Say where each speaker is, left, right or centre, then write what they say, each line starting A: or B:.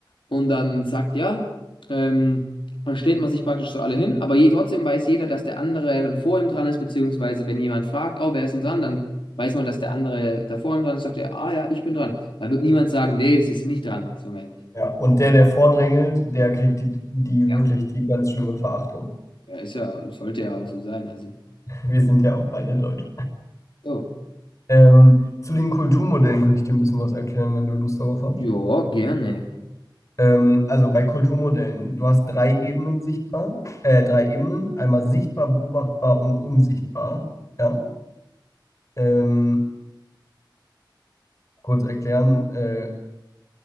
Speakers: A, on the left; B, on the left.
A: und dann sagt, ja, ähm, dann stellt man sich praktisch so alle hin, aber je, trotzdem weiß jeder, dass der andere dann vor ihm dran ist, beziehungsweise wenn jemand fragt, oh, wer ist denn dran, dann weiß man, dass der andere da vor ihm dran ist, sagt er, ah ja, ich bin dran. Dann wird niemand sagen, nee, sie sind nicht dran, so mäßig.
B: Ja. Und der, der vordrängelt, der kriegt die, die
A: Ja.
B: wirklich die ganz schlimme Verachtung.
A: Ja, ist ja, sollte ja auch so sein, also.
B: Wir sind ja auch beide Deutsch.
A: So.
B: Ähm, zu den Kulturmodellen könnte ich dir ein bisschen was erklären, wenn du Lust darauf hast.
A: Ja, gerne.
B: Ähm, also bei Kulturmodellen, du hast drei Ebenen sichtbar, äh, drei Ebenen, einmal sichtbar, beobachtbar und unsichtbar. Ja? Ähm, kurz erklären, äh,